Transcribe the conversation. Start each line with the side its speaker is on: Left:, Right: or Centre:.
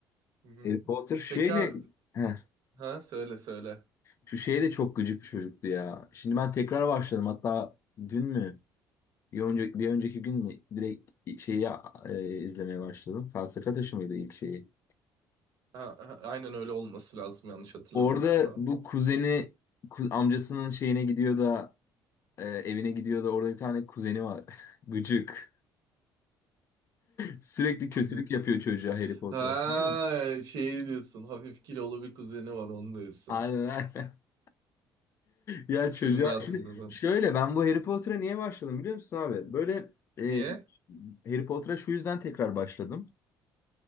Right: Hı hı.
Left: Harry Potter şeyle
Right: Peki abi,
Left: Heh,
Right: ha söyle söyle.
Left: şu şeye de çok gıcık bir çocuktu ya. Şimdi ben tekrar başladım. Hatta dün mü? Bir önceki, bir önceki gün mü direkt şeyi e, izlemeye başladım. Felsefe Taşı mıydı ilk şeyi?
Right: Ha, ha, aynen öyle olması lazım yanlış hatırlamıyorsam.
Left: Orada
Right: Ha?
Left: bu kuzeni ku- amcasının şeyine gidiyor da e, evine gidiyor da orada bir tane kuzeni var. <laughs> Gıcık. Sürekli kötülük
Right: Kuzen.
Left: yapıyor
Right: <laughs>
Left: çocuğa Harry Potter.
Right: Ha,
Left: Biliyor
Right: şey diyorsun. Hafif kilolu bir kuzeni var onu diyorsun.
Left: Aynen aynen. <laughs> Ya çocuğa
Right: Şimdi hatırladım.
Left: şimdi şöyle ben bu Harry Potter'a niye başladım biliyor musun abi? Böyle e,
Right: Niye?
Left: Harry Potter'a şu yüzden tekrar başladım.